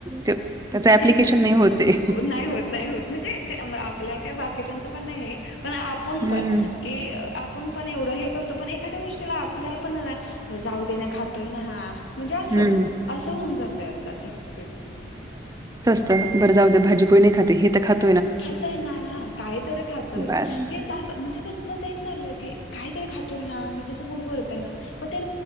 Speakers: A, on the right (about 20°); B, on the left (about 85°).
A: ते, त्याचं ॲप्लिकेशन
B: हे नाही
A: होत आहे.
B: नाही होत नाही होत म्हणजे आपल्याला काय बाकीच्याच पण नाही, पण आपण
A: हं,
B: पण की आपण पण एवढं हे कर, ो पण एखाद्या गोष्टीला आपल्याला पणर जाऊ दे नाही खातोय ना हा, म्हणजे असं
A: हं.
B: असं होऊन जातय आताच्या पिढीच.
A: बरे जाऊ भाजी पोळी नाही खात हे खात
B: खाताय ना हा कायतरी खातोय
A: बास.
B: हेच म्हणजे त्यांच ते चालंय की कायतरी खात आणि त्याच पोट भरताय ना प त्या